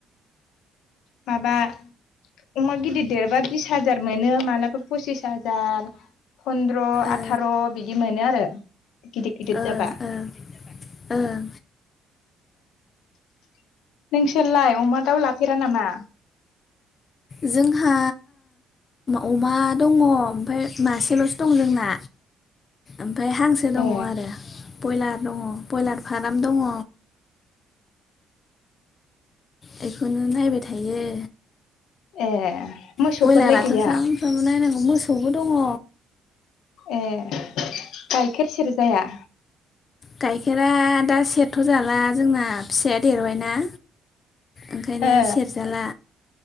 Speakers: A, on the left; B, on the left.
A: माबा अमा गिदिर देरबा बिस हाजार मोनो मालाबा पसिस हाजार। फन्द्र
B: ओ
A: आथार बिदि मोनो आरो गिदिर गिदिर
B: ओं
A: जाबा
B: ओं ओं
A: नोंसोरलाय अमा दाउ लाफेरा नामा
B: जोंहा अमा दङ ओमफ्राय मासेलसो दं जोंना ओमफ्राय हांसो दङ
A: ए
B: आरो बयलार दङ बयलार फाराम दङ बेखौनो नायबाय थायो।
A: ए। मोसौफोरलाय
B: ब्रयलाराथ'
A: गैया
B: सामफ्रामबो नायनांगौ मोसौबो दङ।
A: ए गाइखेर सेरजाया?
B: गाइखेरा दा सेरथ जाला जोंना फिसाया देरबायना ओंखायनो
A: ए
B: सेरजाला